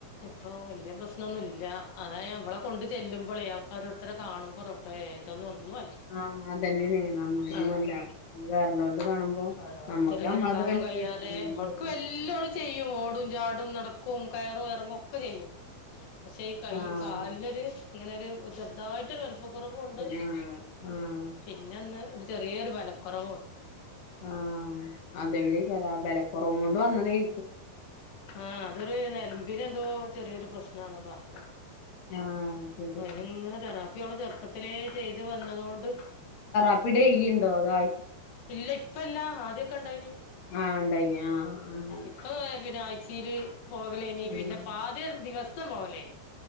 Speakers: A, on the left; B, on the left.
A: ഇപ്പൊ വെല്ല്യ പ്രശ്നൊന്നുല്ല അതാ ഞാ ഇവളെ കൊണ്ട് ചെല്ലുമ്പളേ അവടെ ഓരോര്ത്തരെ കാണു മ്പ റബ്ബേ ഇതൊന്നും ഒന്ന്വൊല്ല
B: ആഹ് അതന്നെയാണ് നമ്മൾതൊന്നുംല്ല
A: ആഹ്
B: വേറെല്ലോലത് കാണുമ്പോ
A: ഓരോര്ത്തര്
B: നമ്മക്ക് നമ്മളത്
A: നിക്കാനും
B: വലുത്
A: കയ്യാതെ ഇവൾക്കെല്ലോള് ചെയ്യും ഓടും ചാടും നട കും കയറും എർങ്ങൊക്കെ ചെയ്യും പക്ഷെ ഈ കൈ
B: ആഹ്
A: കാലിനൊരു ഇങ്ങനൊര് ചെർതായിട്ടൊരു വല്പ്പ കൊറവുണ്ട്
B: ആഹ് ആഹ്
A: പിന്നൊന്ന് ചെറിയൊരു ബലക്കൊറവുണ്ട്.
B: ആഹ് അതെന്റെ ക്കാരം ബലക്കൊറവും കൊണ്ട് വന്നതെയ്
A: ആഹ് അതൊരു നെരമ്പിനെന്തോ ചെറിയൊരു പ്രശ്ന ന്നാ പർഞ്ഞെ.
B: ആഹ് ശരി
A: അപ്പയ്നിങ്ങനെ തെറാപ്പിയൊളെ ചെർപ്പത്തിലേ ചെയ്ത് വന്നതൊണ്ട്
B: അപ്പ ഡെയ്ലിണ്ടോ അതോ ആ
A: ഇല്ല ഇപ്പല്ല ആദ്യൊക്കെ ണ്ടായിനി
B: ആഹ് ഉണ്ടായിനി ആഹ് ആഹ്
A: ഇപ്പൊ പിന്നെ ആഴ് ച്ചില് പോവലേനി
B: ഉം
A: പിന്നെ പാദ്യം ദിവസം പോവലേനി